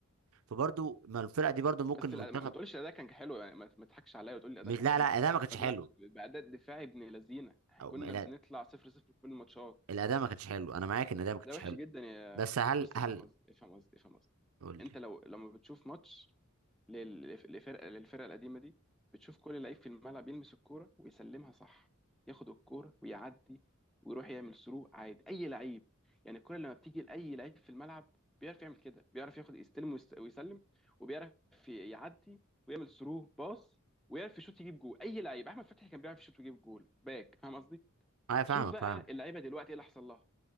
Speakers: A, on the right (about 85°); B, in the centre.
A: فبرضه ما الفرقه دي برضه ممكن
B: بس الأداء
A: منتخب
B: ما تقولش الاداء كان حلو يعني ما ما تضحكش عليا وتقول لي الاداء
A: مش
B: كان
A: لا
B: حلو
A: لا الاداء ما كانش
B: كنا
A: حلو
B: بنلعب باداء دفاعي ابن لذينه
A: او
B: كنا
A: لا،
B: بنطلع 0 0 في كل الماتشات
A: الاداء ما كانش حلو انا معاك ان الاداء ما كانش
B: ده وحش
A: حلو
B: جدا يا
A: بس هل
B: بص افهم
A: هل
B: قصدي افهم قصدي افهم قصدي
A: قول لي
B: انت لو لما بتشوف ماتش لل- للفرقه للفرقه القديمه دي بتشوف كل لعيب في الملعب يلمس الكوره ويسلمها صح ياخد الكوره ويعدي ويروح يعمل سرو عادي اي لعيب يعني الكوره لما بتيجي لاي لعيب في الملعب بيعرف يعمل كده بيعرف ياخد يستلم ويست- ويسلم وبيعرف يعدي ويعمل سرو باص ويعرف يشوط يجيب جول اي لعيب احمد فتحي كان بيعرف يشوط ويجيب جول باك فاهم قصدي
A: انا فاهمك
B: شوف بقى
A: فاهم
B: اللعيبه دلوقتي ايه اللي حصل لها